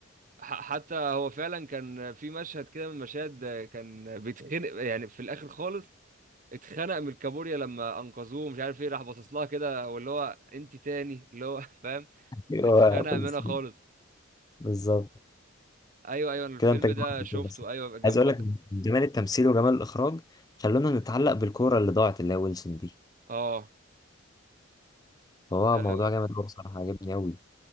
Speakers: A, on the right; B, on the left.
A: ح- حتى هو فعلا كان في مشهد كده من المشاهد آه، كان بيتخنق يعني في الاخر خالص اتخنق من الكابوريا لما انقذوه مش عارف ايه راح باصص لها كده واللي هو انت تاني اللي هو <laughs> فاهم
B: ايوه
A: اتخنق
B: بالظبط
A: منها خالص
B: بالظبط.
A: ايوه ايوه الفيلم
B: كده انت جمعت
A: ده
B: الفكرة.
A: شفته
B: بس
A: ايوه جنب
B: عايز اقول لك جمال التمثيل وجمال الاخراج خلونا نتعلق بالكوره اللي ضاعت اللي هي ويلسون دي
A: اه
B: فهو
A: آه،
B: موضوع جامد قوي بصراحه عجبني قوي